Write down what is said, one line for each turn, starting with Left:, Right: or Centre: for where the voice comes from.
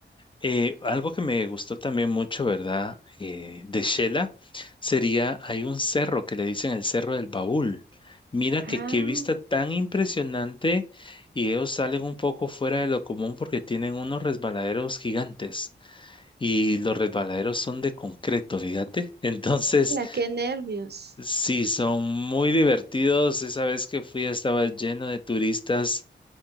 Left: Eh, algo que me gustó también mucho, ¿verdad? Eh, de Shela sería, hay un cerro que le dicen el Cerro del Baúl. Mira que
Right: Ah,
Left: qué vista tan impresionante y ellos salen un poco fuera de lo común porque tienen unos resbaladeros gigantes. y los resbaladeros son de concreto, fíjate. <laughs> Entonces,
Right: ala, qué nervios.
Left: sí, son muy divertidos. Esa vez que fui estaba lleno de turistas,